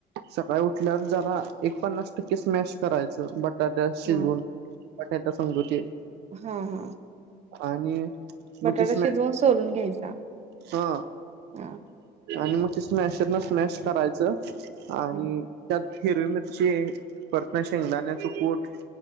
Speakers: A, on the right; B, on the right.
A: सकाळी उठल्यावर जरा एक पन्नास टक्के स्मॅश करायचं बटाट्यात शिजवून.
B: हा
A: बटाट्या संग ते
B: हा हा
A: आणि
B: बटाटा
A: मग ते स्मॅश
B: शिजवून सोलून घ्यायचा.
A: हा
B: हा
A: आणि मग ते स्मॅशरने स्मॅश करायचं. आणि
B: हा
A: त्यात हिरवी मिरची परत आणि शेंगदाण्याच कूट